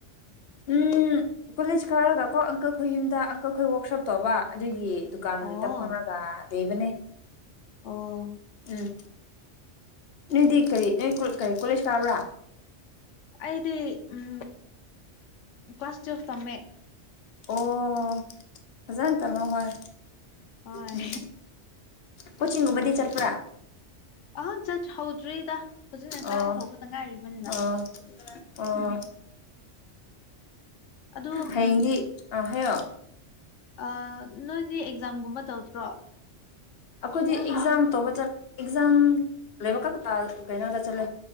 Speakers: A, on the left (about 60°); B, on the left (about 80°).
A: ꯎꯝ ꯀꯣꯂꯦꯖ ꯀꯥꯔꯒ ꯀꯣ ꯑꯪꯀꯜ ꯈꯣꯏ ꯌꯨꯝꯗ ꯑꯪꯀꯜ ꯑꯩꯈꯣꯏ ꯋꯔꯥꯛꯁꯣꯞ ꯇꯧꯕ ꯑꯗꯨꯒꯤ ꯗꯨꯀꯥꯟꯗ
B: ꯑꯣ
A: ꯐꯝꯔꯒ ꯂꯩꯕꯅꯦ
B: ꯑꯣ
A: ꯎꯝ ꯅꯣꯏꯗꯤ ꯀꯔꯤ ꯅꯣꯏ ꯀꯣꯜ ꯀꯔꯤ ꯀꯣꯂꯦꯖ ꯀꯥꯕ꯭ꯔꯥ
B: ꯑꯩꯗꯤ ꯎꯝ ꯀ꯭ꯂꯥꯁ ꯇꯨꯋꯦꯜꯐ ꯇꯝꯃꯦ
A: ꯑꯣ ꯐꯖꯅ ꯇꯃꯣ ꯍꯣꯏ
B: ꯍꯣꯏ
A: ꯎꯝ ꯀꯣꯆꯤꯡꯒꯨꯝꯕꯗꯤ ꯆꯠꯄ꯭ꯔꯥ
B: ꯑ ꯆꯠ ꯍꯧꯗ꯭ꯔꯤꯗ ꯍꯧꯖꯤꯛꯅ ꯀꯥꯕ
A: ꯑꯣ
B: ꯍꯧꯕꯇ ꯉꯥꯏꯔꯤꯕꯅꯤꯅ
A: ꯑꯣ ꯑꯥ
B: ꯑꯗꯣ ꯎꯝ
A: ꯍꯌꯦꯡꯗꯤ ꯑꯥ ꯍꯥꯏꯌꯣ
B: ꯑꯥ ꯅꯣꯏꯗꯤ ꯑꯦꯛꯖꯥꯝꯒꯨꯝꯕ ꯇꯧꯗ꯭ꯔꯣ
A: ꯑꯩꯈꯣꯏꯗꯤ ꯑꯦꯛꯖꯥꯝ ꯇꯧꯕ ꯆ ꯑꯦꯛꯖꯥꯝ ꯂꯩꯕ ꯀꯇꯥ ꯀꯩꯅꯣꯗ ꯆꯠꯂꯦ